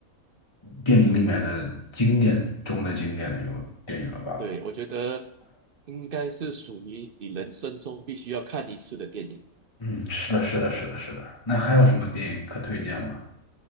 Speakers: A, on the left; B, on the right.
A: 电影里面的经典中的经典的有电影了吧？
B: 对，我觉得应该是属于你人生中必须要看一次的电影。
A: 嗯，是的，是的，是的，是的。那还有什么电影可推荐吗？